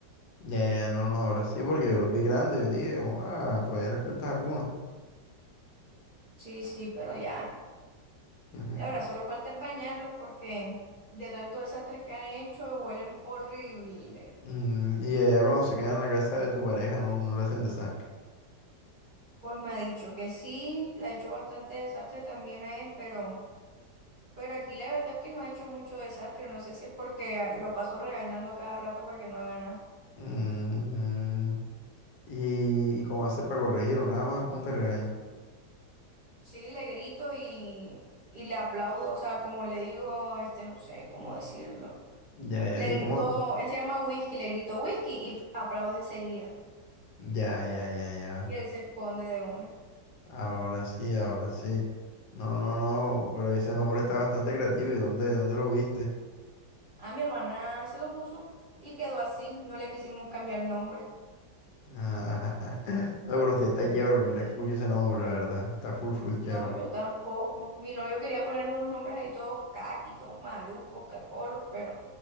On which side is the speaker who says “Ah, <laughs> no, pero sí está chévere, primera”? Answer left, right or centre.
Left